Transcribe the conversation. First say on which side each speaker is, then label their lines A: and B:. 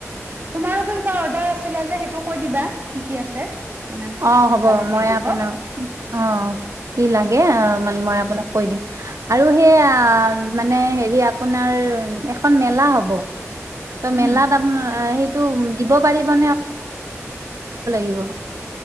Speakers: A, on the right; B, on the right.
A: তোমাৰো কিবা অৰ্ডাৰ আছিলে যে সেইটো কৈ দিবা কি কি আছে মানে
B: অ
A: সোনকালে
B: হ'ব মই
A: দি দিব
B: আপনাও অ' কি লাগে মানে মই আপোনাক কৈ দিম আৰু সেইয়া মানে হেৰি আপোনাৰ এখন মেলা হ'ব ত মেলাত
A: উম
B: আপাৰ সেইটো দিব পাৰিব <unintelligible>